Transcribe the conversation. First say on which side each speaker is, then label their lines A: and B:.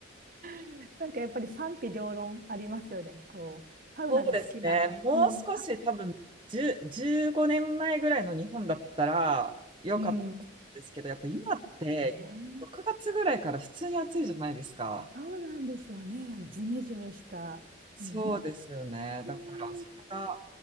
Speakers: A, on the right; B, on the right.
A: <laughs> なんかやっぱり賛否両論ありますよね。こう、サウナが好きな。
B: そうですね。もう少し多分、
A: うん。あ
B: 10、15年前ぐらいの日本だったら良かったんですけど、
A: うん。
B: やっぱ今って6月ぐらいから普通に暑いじゃないですか。
A: ねえ、そうなんですよね。あの、ジメジメした。
B: そうですよね。
A: もう本当に、
B: だから、それが